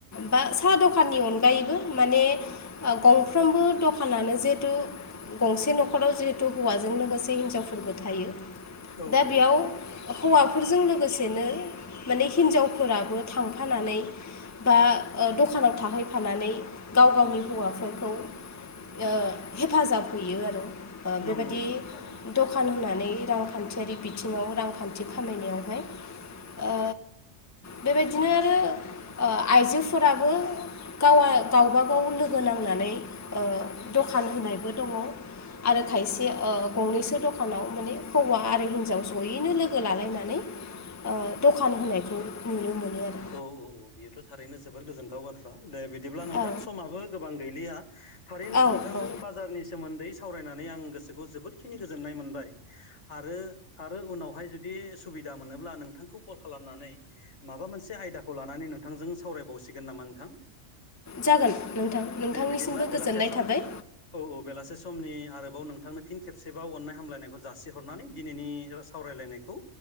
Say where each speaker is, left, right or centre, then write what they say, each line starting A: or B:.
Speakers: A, on the left; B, on the left.
A: बा साहा दखाननि अनगायैबो माने गंफ्रोमबो दखानानो जिहेतु गंसे न'खराव जिहेथु हौवाजों लोगोसे हिनजावफोरबो थायो।
B: औ
A: दा
B: औ
A: बेयाव
B: औ
A: हौवा फोरजों लोगोसेनो माने हिनजावफोराबो थांफानानै बा ओ दखानाव थाहैफानानै गाव गावनि हौवाफोरखौ ओ हेफाजाब हैयो आरो ओ
B: नंगौ
A: बेबायदि
B: नंगौ थारैनो
A: दखान होना नै रांखान्थियारि बिथिङाव रांखान्थि खामायनायावहाय ओ बेबायदिनो आरो ओ आइजोफोराबो गावा गावबाागाव लोगो नांनानै ओ दखान होनायबो दङ। आरो खायसे ओ गंनैसो दखानाव माने हौवा आरो हिनजाव जयैनो लोगो लालायनानै ओ दखान होनायखौ नुनो मोनो। आरो
B: औ औ औ बेयोथ' थारैनो जोबोर गोजोनथाव बाथ्रा। दे बिदिब्ला नोंथां
A: औ
B: समाबो गोबां गैलिया थारैनो
A: औ
B: नोंथांजों
A: औ
B: बाजारनि सोमोन्दै सावरायनानै आं गोसोखौ जोबोदखिनि गोजोननाय मोनबाय आरो आरो उनावहाय जुदि सुबिद दा मोनोब्ला नोंथांखौ कल खालामनानै माबा मोन से आयदाखौ लानानै नोंथांजों सावरायबावसिगोन नामा नोंथां?
A: जागोन नोंथां नोंथांनिसिमबो
B: दे बिदिब्ला बेलासे
A: गोजोननाय
B: सम
A: थाबाय।
B: औ औ बेलासे समनि आरोबाव नों थांनो फिन खेबसेबाव अननाय हामलायनायखौ जासिहरनानै दिनैनि सावरायलायनायखौ